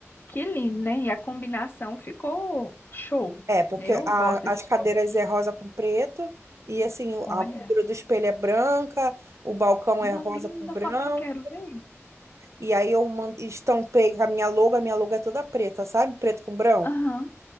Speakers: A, on the left (about 45°); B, on the right (about 70°).
A: Que lindo, né? E a combinação ficou show.
B: É, porque
A: Eu
B: a-
A: gosto desses
B: as cadeiras
A: tons.
B: é rosa com preto, e assim,
A: Olha,
B: a moldura do espelho é branca, o balcão
A: não,
B: é rosa
A: me manda
B: com branco,
A: foto que eu quero ver.
B: e aí eu man- estampei com a minha logo, a minha logo é toda preta, sabe? Preto com branco.
A: Aham,